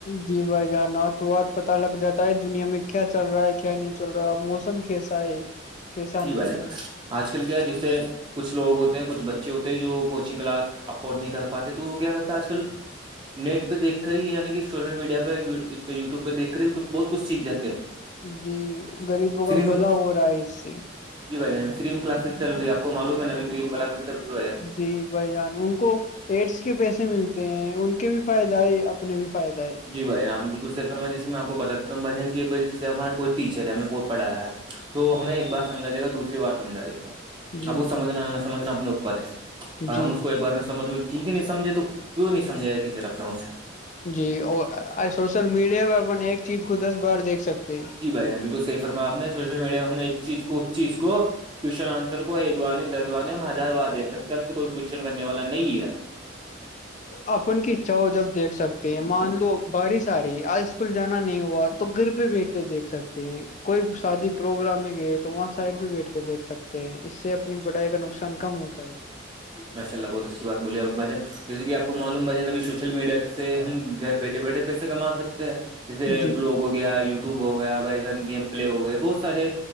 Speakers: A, on the left (about 35°); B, on the right (about 25°).
A: جی بھائی جانا تو ب پتتا لگ جاتا ہے دنیا میں کیا چل رہا ہے کیا نہیں چل رہا موسم کیسا ہے کیسا
B: جی
A: نہیں
B: بھائی جان
A: ہے
B: آج کل کیا ہے جسے کچھ لوگ ہوتے ہیں کچھ بچے ہوتے ہیں جو کوچنگ کلاس افورڈ نہیں کر پاتے تو وہ کیا کرتا آج کل نٹ پہ دیک کر ہی عنی کہ سوشل میڈیا پہ اس پہ یوٹیو پہ دیک کر ہیچھ بہت کچھ سیکھ جات ہے
A: جی غریبوں کا
B: میں
A: بھلا ہو رہا ہے اس سے
B: جی بھائی فریلم کلاسز چ رہی آپ کو معلوم ہے نبھی فلم کلاسز چل رہی بھائی جان
A: جی بھائی جان ان کو ایڈس کے پیسے ملتے ہیں ان کے بھی فائد ہے اپنے بھی فائد ہے
B: جی بھائین آپ نے بالکل سی فرما جسے میں آپ کو بتا دی ہوں بھ کہ جے ہمارے کوئی ٹیچر ہے ہمیں پوت پڑھا ہے تو ہمیں
A: جی
B: ایک بار سمجھا دے گا دوسری بار سمجھا دے گا
A: جی
B: اب وہ سمجھنا نہ سمجھنا اپنے اوپر ہے اور
A: جی
B: ہم اس کو ایک بار میں سمجھ گئے ٹھیک ہے نہیں سمجھے تو کیوں نہیں سمجھائے گا ٹیچر اپنا اس سے
A: جی اور سوشل میڈیا پر اپن ایک چیز کو دس بار دیکھ سکتے ہیں
B: جی بھائی جان بالکل صحیح فرما آپ نے سوشل میڈیا میں ہم ایک چیز کو اس چیز کو کوشچن آنسر کو ایک بار نہیں دس بار نہیں ہم ہزار بار دے سکتے ہیں ہم تو کوسچن کرنے والا نہیں ہے <inaudible>
A: اپن کی اچھا ہو جب دیکھ سکتے ہیں مان لو بارش آ رہی ہے تو آج اسکول جانا نہیں ہوا تو گر پہ بیٹھے کر دیکھ سکتے ہیں کوئی شادی پروگرام میں گئے تو وہاں سائڈ پہ بیٹھ کر دیکھ سکتے ہیں اس سے اپنی پڑھائی کا نقصان کم ہوتا ہے
B: ماشاء اللہ بہت اچھی بات بولی آپ نے بھائی جان جیسے کہ آپ کو معلوم بھائی جان ابھی سوشل مڈیا کا سے ہم گھر بیٹھے بیٹھے پیسے کما سکتے ہیں جیسے
A: جی
B: بلاگ ہو گیا یوٹیوب ہو گیا بھائی جان گیم پلے ہو گئے بہت سارے